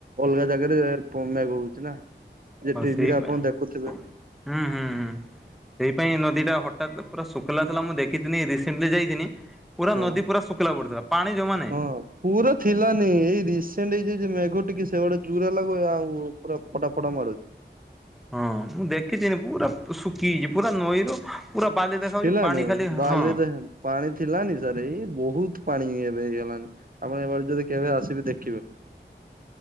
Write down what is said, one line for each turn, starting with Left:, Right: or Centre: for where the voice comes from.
Right: ଅଲଗା ଜାଗାରେ ମେଘ ହଉଛି ନା। ଯେ
Centre: ହଉ
Right: ଟିଭିରେ
Centre: ସେଇ
Right: ଆପଣ
Centre: ପାଇଁ ଇ
Right: ଦେଖୁଥିବେ
Centre: ହୁଁ ହୁଁ ହୁଁ। ସେଇ ପାଇଁ ନଦୀ ଟା ହଠାତ ପୁରା ଶୁଖିଲ ଥିଲା। ମୁଁ ଦେଖିିନି ରିସେଣ୍ଟଲି ଯାଇଥିନି। ପୁରା
Right: ହଁ
Centre: ନଦୀ ପୁରା ଶୁଖିଲା ପଡୁଥିଲା ପାଣି ଜମା ନାହିଁ।
Right: ହଁ ପୁରା ଥିଲାନି ଏଇ ରିସେଣ୍ଟ ଏଇ ଯ ମେଘ ଟିକେ ସେଡେ ଜୁରା ଲାଗୁ ଆଉ ପୁରା ଫଟା ଫଟା ମାରୁଛି।
Centre: ହଁ ମୁଁ ଦେଖିଥିନି ପୁରା ଶୁଖିାଇଛି ପୁରା ନଈର ପୁରା ବାଲି ଦେଖାାଯେଉଛି
Right: ଥିଲାନି
Centre: ପାଣି ଖାଲି ହଁ।
Right: ବାଲି ପାଣି ଥିଲାନି ସାର୍ ଏଇ ବହୁତ ପାଣି ଏବେ ହେଇଗଲାଣି। ଆପଣ ଏଭଳି ଯଦି କେବେ ଆସିବେ ଦେଖିବେ।